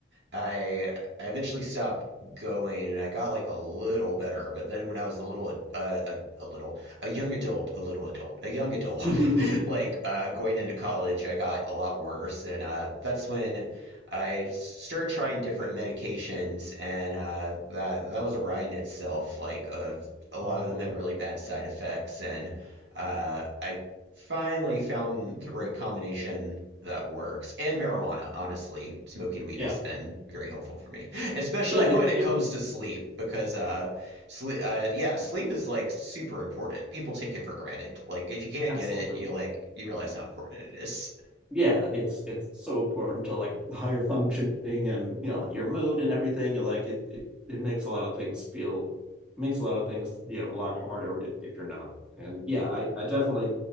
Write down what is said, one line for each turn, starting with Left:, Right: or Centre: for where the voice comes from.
Right: I eventually stopped going and I got like a little better, but then when I was a little uh, a, a little a young adult, a little adult, a young adult,
Centre: <laughs>
Right: <laughs> like uh, going into college, I got a lot worse, and uh, that's when I started trying different medications, and uh, that that was a ride in itself. Like uh, a lot
Centre: oh boy,
Right: of them had really bad side effects, and uh, I finally found the right combination that works and marijuana honestly smoking weed
Centre: yeah,
Right: has been very helpful for me <laughs> especially
Centre: yeah,
Right: when
Centre: it
Right: it
Centre: definitely,
Right: comes to sleep because uh sleep uh yeah sleep is like super important people take it for granted like if you can't
Centre: absolutely.
Right: get it you like you realize how important it is
Centre: yeah, it's it's so important to like <laughs> higher functioning and you know your mood and everything. Like it it, it makes a lot of things feel makes a lot of things you know a lot harder if, if you're not. And yeah, I I definitely